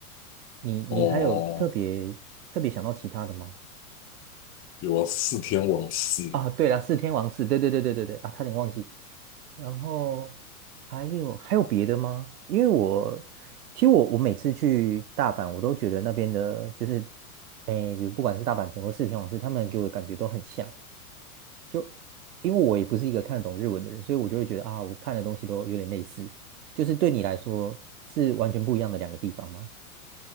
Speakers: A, on the right; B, on the left.
A: 你你还有特别特别想到其他的吗？
B: 哦，有啊，四天王寺。
A: 啊，对了，四天王寺，对对对对对对啊，差点忘记。然后还有还有别的吗？因为我其实我我每次去大阪，我都觉得那边的就是，哎，比如不管是大阪城或四天王寺，他们给我的感觉都很像。就因为我也不是一个看得懂日文的人，所以我就会觉得啊，我看的东西都有点类似。就是对你来说是完全不一样的两个地方吗？